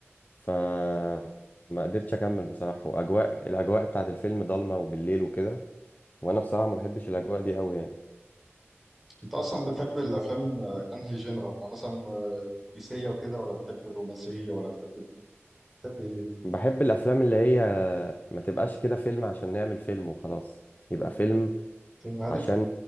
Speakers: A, on the left; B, in the centre.
A: فما قدرتش اكمل بصراحه واجواء الاجواء بتاعت الفيلم ضلمه وبالليل وكده وانا بصراحه ما بحبش الاجواء دي قوي يعني
B: انت اصلا بتحب الافلام آه، انهي جنرا يعني مثلا آه، البوليسيه وكده ولا بتحب الرومانسيه ولا بتحب ال- بتحب ايه
A: بحب الافلام اللي هي ما تبقاش كده فيلم عشان نعمل فيلم وخلاص يبقى فيلم
B: فيلم هادف
A: عشان